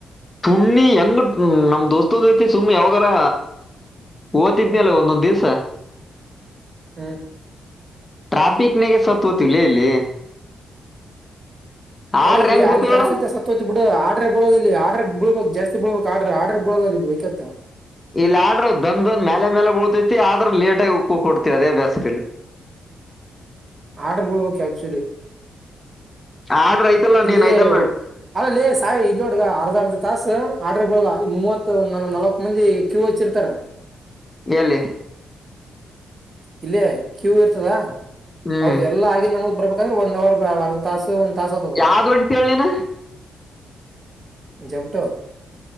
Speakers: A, on the left; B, on the right.
A: ಸುಣ್ಣಿ ಹೆಂಗ ನಮ್ ದೋಸ್ತ ಜೊತೆ ಸುಮ್ಮ್ನೆ ಯಾವಾಗಾರ ಓ್ತಿದನಿ ಅಲ್ಲ ಒಂದೊಂದ್ ದಿವ್ಸ
B: ಹ್ಮ
A: ಟ್ರಾಫಿಕ್ ನಾಗ ಸತ್ತಲ್ಲ ಇಲ್ಲಿ
B: ಅಲ್ಲ
A: ಆಡ್ರ
B: ಇಲ್ಲಿ
A: ಹೆಂಗ್ ಬೀಳ್ತೇವ
B: ಅಲ್ಲಿ ಟ್ರಾಫಿಕ್ ಸ ಬಿಡ ಆಡ್ರ ಬಿಡೋ ಇಲ್ಲಿ ಆಡ್ರಗ್ ಬಿಬೇಕಕ್ ಜಾಸ್ತಿ ಬಬೇಕು ಆರ್್ರ ಆರ್ಡರ್ ಬಳ ಇ ವೈಕತ್ತಾ
A: ಇಲ್ಲಿ ಆಡ್ರ ದನ್ ದನ್ ಮೇಲೆ ಮೇಲೆ ಓತೈತಿ ಆದ್ರ ಲೇಟ ಆಗ ಕೊಡ್ತಿವಿ ಅದೇ ಅಭ್ಯಾಸ್ರಲ್ಲಿ
B: ಆರ್ಡರ್ ಬಳ್ಬೇಕು ಆಕ್ಚುಲಿ
A: ಆಡ್ರ ಐತಲ್ಲ
B: ಇಲ್ಲಿ
A: ನೀನ್ ಐತಲ್ಲ
B: ಅಲ್ಲಲ್ಲಿ ಸಾಯಿ ಇಲ್ಲಿೋಡ್ಗ ಅರ್ಧ ತಾಸ ಆರ್ಡ್ರ ಕೊಲ್ಲ ಮೂವತ್ ನಲವತ್ ಮಂದಿ ಕ್ಯೂ ಹಚ್ಚಿರ್ತಾರೆ
A: ಎಲ್ಲಿ
B: ಇಲ್ಲೇ ಕ್ಯೂ ಇರ್ತದ
A: ಹ್ಮ್
B: ಅವ್ರದ್ದ ಎಲ್ಲಾ ಆಗಿ ನಮಗ್ ಬರ್ಬೇಕಂದ್ರೆ ಒಂದ್ ಅವರ್ ತಾಸ ಒ ತಾಸವತ
A: ಯಾವ್ದು ಹೊಡಿತಿ ಹೇಳಿ ನೀನ್
B: ಜಮಟು